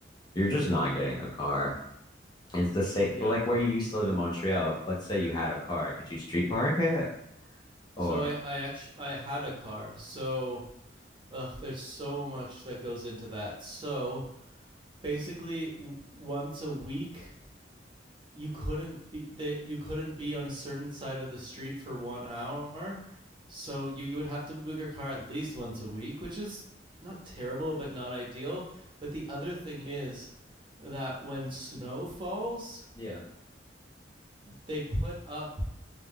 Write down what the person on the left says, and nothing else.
you're just not getting a car. It's the same
like where you used to live in Montreal. Let's say you had a car, could you street park it?
or
yeah,